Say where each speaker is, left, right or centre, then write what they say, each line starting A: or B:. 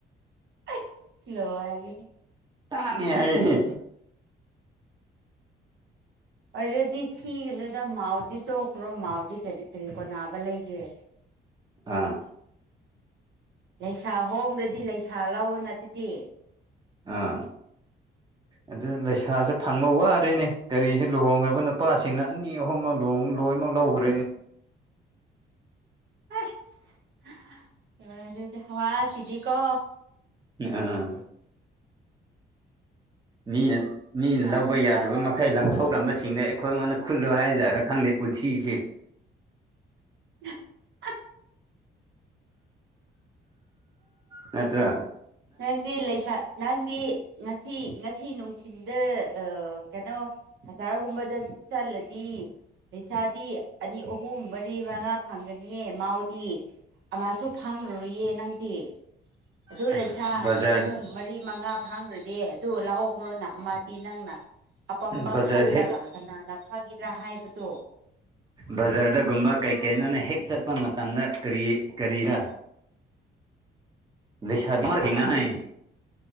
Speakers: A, on the right; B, on the right.
A: ꯑꯁ ꯂꯣꯏꯔꯦꯍꯦ
B: ꯇꯥꯡꯉꯦ ꯍꯥꯏꯌꯦ
A: ꯑꯣꯏꯔꯗꯤ ꯊꯤꯒꯅꯨꯗ ꯃꯥꯎꯗꯤ ꯇꯣꯛꯈ꯭ꯔꯣ ꯃꯥꯎꯗꯤ ꯀꯔꯤ ꯀꯔꯤ ꯀꯣꯅꯥꯕ ꯂꯩꯒꯦ
B: ꯑꯥ
A: ꯂꯩꯁꯥ ꯍꯣꯡꯗ꯭ꯔꯗꯤ ꯂꯩꯁꯥ ꯂꯧꯅ ꯑꯗꯨꯗꯤ
B: ꯑꯥ ꯑꯗꯨ ꯂꯩꯁꯥꯁꯨ ꯐꯪꯕ ꯋꯥꯔꯅꯦ ꯀꯔꯤꯁꯨ ꯂꯨꯍꯣꯡꯈ꯭ꯔꯕ ꯅꯨꯄꯥꯁꯤꯡꯅ ꯑꯅꯤ ꯑꯍꯨꯝ ꯂꯣꯡ ꯂꯣꯏꯃꯛ ꯂꯧꯈ꯭ꯔꯦꯅꯤ
A: ꯑꯁ <unintelligible> ꯍꯋꯥ ꯁꯤꯗꯤ ꯀꯣ
B: ꯑꯥ ꯃꯤꯅ
A: ꯂꯩꯁꯥꯕꯤ
B: ꯃꯤꯅ ꯂꯧꯕ ꯌꯥꯗꯕ
A: ꯑꯩ
B: ꯃꯈꯩ ꯂꯪ ꯊꯣꯛꯂꯝꯕꯁꯤꯡꯗ ꯑꯩꯈꯣꯏꯉꯣꯟꯗ ꯈꯨꯜꯂꯨ ꯍꯥꯏꯖꯥꯔꯅ ꯈꯪꯗꯦ ꯄꯨꯟꯁꯤꯁꯤ
A: <unintelligible>
B: ꯅꯠꯇ꯭ꯔ
A: ꯅꯪꯗꯤ ꯂꯩꯁꯥ ꯅꯪꯗꯤ ꯉꯁꯤ ꯉꯁꯤ ꯅꯨꯡꯊꯤꯜꯗ ꯑꯥ ꯀꯩꯅꯣ ꯍꯖꯥꯔꯒꯨꯝꯕꯗ ꯆꯠꯂꯗꯤ ꯄꯩꯁꯥꯗꯤ ꯑꯅꯤ ꯑꯍꯨꯝ ꯃꯔꯤ ꯃꯉꯥ ꯐꯪꯒꯅꯤꯌꯦ ꯃꯥꯎꯗꯤ ꯑꯃꯁꯨ ꯐꯪꯔꯔꯨꯌꯦ ꯅꯪꯗꯤ ꯑꯗꯨ
B: ꯑꯁ
A: ꯂꯩꯁꯥ
B: ꯕꯖꯥꯔ
A: ꯑꯅꯤ ꯑꯍꯨꯝ ꯃꯔꯤ ꯃꯉꯥ ꯐꯥꯡꯈ꯭ꯔꯗꯤ ꯑꯗꯨ ꯂꯥꯛꯑꯣꯈ꯭ꯔꯣꯅ ꯑꯃꯗꯤ ꯅꯪꯅ ꯑꯄꯥꯝꯕ
B: ꯕꯖꯥꯔ
A: ꯈꯜꯂꯒ
B: ꯍꯦꯛ
A: ꯀꯅꯥꯅ ꯐꯒꯤꯗ꯭ꯔꯥ ꯍꯥꯏꯕꯗꯨ
B: ꯕꯖꯥꯔꯗꯒꯨꯝꯕ ꯀꯩꯀꯩꯅꯣꯅ ꯍꯦꯛ ꯆꯠꯄ ꯃꯇꯝꯗ ꯀꯔꯤ ꯀꯔꯤꯔꯥ ꯂꯩꯁꯥꯕꯤ ꯊꯦꯡꯅꯍꯩ